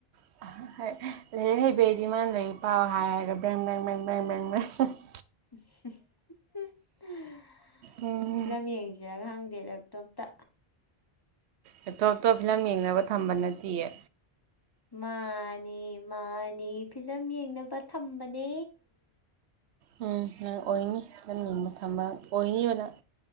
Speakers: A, on the right; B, on the left.
A: <unintelligible>
B: <unintelligible>
A: ꯎꯝ
B: ꯐꯤꯂꯝ ꯌꯦꯡꯖꯤꯔ ꯈꯪꯗꯦ ꯂꯦꯞꯇꯣꯞꯇ
A: ꯂꯦꯞꯇꯣꯞꯇꯣ ꯐꯤꯂꯝ ꯌꯦꯡꯅꯕ ꯊꯝꯕ ꯅꯠꯇꯤꯌꯦ
B: ꯃꯥꯅꯦ ꯃꯥꯅꯤ ꯐꯤꯂꯝ ꯌꯦꯡꯅꯕ ꯊꯝꯕꯅꯦ
A: ꯎꯝ ꯅꯪ ꯑꯣꯏꯅꯤ <unintelligible> ꯊꯝꯕ ꯑꯣꯏꯅꯤꯕ ꯅꯪ